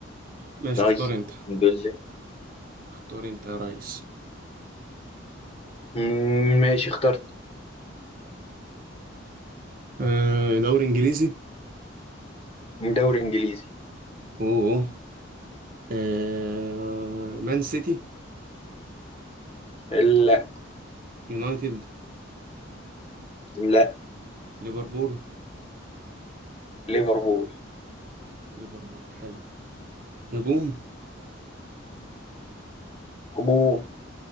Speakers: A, on the right; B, on the left.
A: ماشي
B: طيب
A: اختار انت
B: الحمد لله
A: اختار انت يا ريس
B: مم، ماشي اخترت
A: آه دوري انجليزي
B: دوري انجليزي
A: اوه آه مان سيتي
B: لا
A: يونايتد
B: لا
A: ليفربول
B: ليفربول
A: ليفربول حلو هجوم
B: هجوم